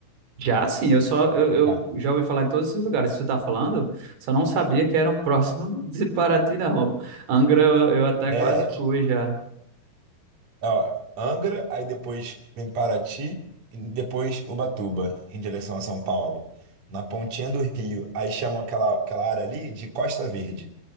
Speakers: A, on the right (about 80°); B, on the right (about 45°).
A: Já sim, eu só eu,
B: Já.
A: eu já ouvi falar em todos esses lugares que você tá falando, só não sabia que eram <laughs> próximos de Paraty, não. Angra eu eu até
B: É,
A: quase
B: é, ti-
A: fui já.
B: ó, Angra, aí depois vem Paraty, e depois Ubatuba, em direção a São Paulo. Na pontinha do Rio. Aí chamam aquela, aquela área ali de Costa Verde.